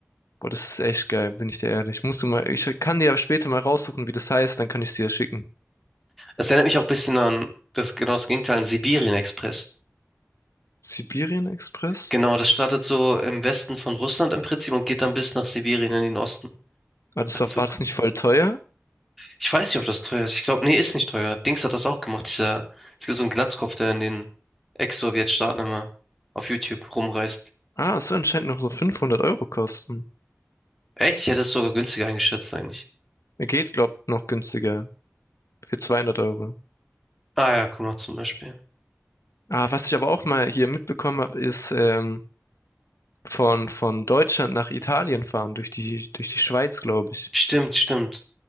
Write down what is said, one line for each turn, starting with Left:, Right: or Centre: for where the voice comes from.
Left: Boah, das ist echt geil, bin ich dir ehrlich. Musst du mal, ich kann dir ja später mal raussuchen, wie das heißt, dann kann ich dir ja schicken.
Centre: Es erinnert mich auch ein bisschen an das genau das Gegenteil, an Sibirien-Express.
Left: Sibirien Express?
Centre: Genau, das startet so im Westen von Russland im Prinzip und geht dann bis nach Sibirien in den Osten.
Left: Ah, das
Centre: Der Zug.
Left: war das nicht voll teuer?
Centre: Ich weiß nicht, ob das teuer ist. Ich glaube, nee, ist nicht teuer. Dings hat das auch gemacht. Dieser, es gibt so einen Glatzkopf, der in den Ex-Sowjetstaaten immer auf YouTube rumreist.
Left: Ah, es soll anscheinend noch so 500 Euro kosten.
Centre: Echt? Ich hätte es sogar günstiger eingeschätzt eigentlich.
Left: Geht, glaub, noch günstiger. Für 200 Euro.
Centre: Ah ja, guck mal zum Beispiel.
Left: Ah, was ich aber auch mal hier mitbekommen habe, ist, ähm, von, von Deutschland nach Italien fahren, durch die, durch die Schweiz, glaube ich.
Centre: Stimmt, stimmt.